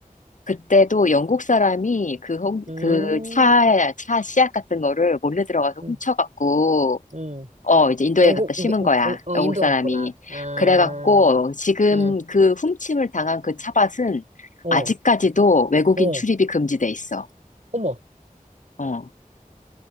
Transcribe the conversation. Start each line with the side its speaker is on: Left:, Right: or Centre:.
Left: 그때도 영국 사람이 그, 홈,
Right: 음,
Left: 그 차, 차 씨앗 같은 거를 몰래 들어가서
Right: 음,
Left: 훔쳐갖고,
Right: 음.
Left: 어, 이제 인도에
Right: 영국,
Left: 갖다 심은
Right: 미-
Left: 거야.
Right: 어, 어,
Left: 영국
Right: 인도
Left: 사람이.
Right: 갔구나. 아,
Left: 그래갖고, 지금
Right: 음,
Left: 그 훔침을 당한 그 차밭은
Right: 어,
Left: 아직까지도 외국인
Right: 어.
Left: 출입이 금지돼 있어.
Right: 어머,
Left: 어,